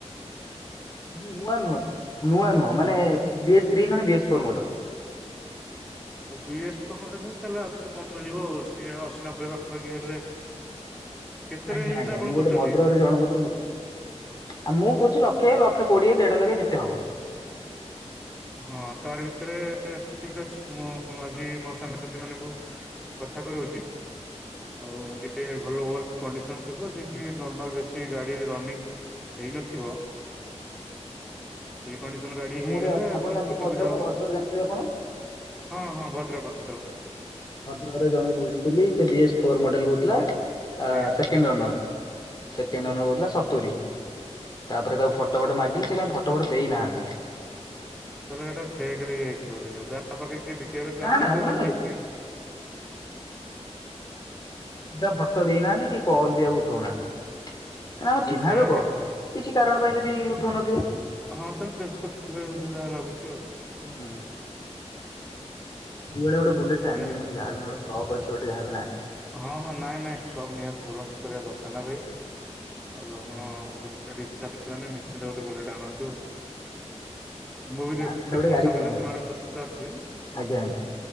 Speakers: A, on the left (about 35°); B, in the centre.
A: <inaudible> ନୂଆ ନୁହଁ ନୂଆ ନୁହଁ ମାନେ ବିଏସ୍ ଥ୍ରୀ ନନେ BS four model. <inaudible>
B: BS four model ହେଲେ ତାହାଲେ ଆଉ ଟିକେ କମ ମିଳିବ ଆଉ ସିଏ ଅଶୀ ନବେ ପାଖାପାଖି ହେଲେ। କେତେ
A: ଆଜ୍ଞା,
B: ରେଞ୍ଜ ଭିତରେ
A: ଆଜ୍ଞା
B: ଆପଣ
A: ମୁଁ ଗୋଟେ
B: ଖୋଜୁଛନ୍ତି?
A: ଭଦ୍ରକରେ ଜଣଙ୍କୁ କତରୁ ବୁ, ଆ, ମୁଁ କହୁଚି ଲ ଲକ୍ଷେ ଲକ୍ଷେ କୋଡିଏ ଦେଢ ଲକ୍ଷେ ଯେତେ ହବ।
B: ହଁ ତାରି ଭିତରେ ଠିକ ଅଛି ମୁଁ ଆଜି ମୋ ସାଙ୍ଗସାଥି ମାନଙ୍କୁ କ ଥା କରଉଚି।
A: ହ
B: ଆଉ ଯିଏ ଭଲ ଭଲ କଣ୍ଡିସନ୍ ଥିବ ଯେ କି ନର୍ମାଲ୍ ବେଶୀ ଗାଡି ରନିଂ ହେଇନଥିବ। ସେଇ କଣ୍ଡିସନ୍ ଗାଡି
A: ମୁଁ
B: ହେଇଗଲେ
A: ଗୋଟେ ଆପଣ
B: ଆପଣଙ୍କ
A: ଜାଣିଥିବେ
B: ସୁବିଧା
A: ଭଦ୍ରକ
B: ହବ।
A: ଭଦ୍ରକ ଜାଣିଥିବେ ଆପଣ?
B: ହଁ ହଁ ଭଦ୍ରକ ଭଦ୍ରକ।
A: ଭଦ୍ରକରେ ଜଣେ ବୁଝୁଥିଲି ସେ ବି ଏସ୍ ଫୋର୍ ମଡେଲ୍ କହୁଥିଲା। ଆ,
B: ଆଜ୍ଞା
A: ସେକେଣ୍ଡ ଅନର୍ ସେକେଣ୍ଡ ଅନର୍
B: ଆଚ୍ଛା
A: କହୁଥିଲା ସତୁରୀ। ତାପରେ ତାକୁ
B: ସତୁରି
A: ଫଟୋ ଫଟୋ
B: କୋଟି
A: ମାଗିଲି ସେ କାଇଁ ଫଟୋ ଫଟୋ ଦେଇନାହାନ୍ତି।
B: ତାହାଲେ ଏଟା ଫେକ୍ ରେ ଇଏ ହେଇଥିବ ଦେଖିବ ଯାହା ପାଖରେ ଯିଏ ବି କିବାକୁ
A: ନା
B: ଚାହୁଁଥିବ
A: ନା ମାନେ
B: ବାକି କି
A: ତା ଫଟୋ ଦେଇନାହାନ୍ତି କି। କଲ୍ ବି ଆଉ ଉଠଉନାହାନ୍ତି। ନା
B: ହଁ
A: ଆମ
B: ସେ
A: ଚିହ୍ନା
B: ସେଇଆ
A: ଲୋକ
B: ହେଇଥିବ
A: କିଛି କାରଣ ପାଇଁ ଯଦି ଉଠୁଉନଥିବେ।
B: ହଁ ତ ବ୍ୟସ୍ତ ଥିବେ <inaudible> ଯାହା ଲାଗୁଛି।
A: ହୁଁ। ଯୁଆଡେ ଗୋଟେ ବୁଲେଟ
B: ସେଇଆ
A: ଟେ ଆଣିମି
B: ହେଇଥିବ
A: ମୁଁ <unintelligible> ଯାହା ବି ହେନେ ଗୋଟେ ସକ୍ ଅଛି ଗୋଟେ ଯାହା
B: ହଁ, ହଁ ନାଇଁ ନାଇଁ ସକ୍ ନିହାତି ପୂରଣ କରିବା ଦରକାର ନା ଭାଇ। ଆଉ ଆପଣ
A: ହୁଁ
B: ବୁଲ <unintelligible> ଇଚ୍ଛା ଅଛି ମାନେ ନିଶ୍ଚିନ୍ତ ଗୋଟେ ବୁଲେଟ ଆଣନ୍ତୁ। ମୁଁ ବି ଦେଖୁଚି
A: ଆଣିଥିଲେ ଗୋଟେ
B: ମୋ
A: ଗାଡିଟେ
B: ସାଙ୍ଗସାଥି
A: ଆଣିବାର
B: ମାନଙ୍କୁ ପଚାରିଛି
A: ଆଜ୍ଞା ଆଜ୍ଞା